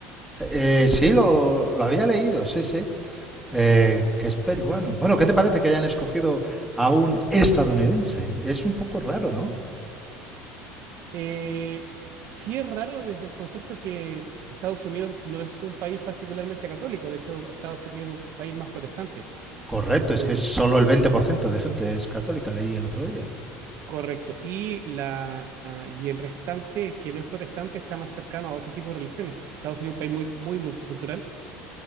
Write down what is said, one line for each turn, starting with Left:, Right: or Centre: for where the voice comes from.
Centre: eh, sí, lo, lo había leído, sí, sí, eh, que es peruano. Bueno, ¿qué te parece que hayan escogido a un estadounidense? Es un poco raro, ¿no?
Right: Eh, sí es raro desde el concepto que Estados Unidos no es un país particularmente católico, de hecho Estados Unidos es un país más protestante.
Centre: Correcto,
Right: Su,
Centre: es que solo el 20% de gente es católica, leí el otro día.
Right: Correcto. Y, la, ah, y el restante, que no es protestante, está más cercano a otro tipo de religiones. Estados Unidos es un país muy, muy multicultural,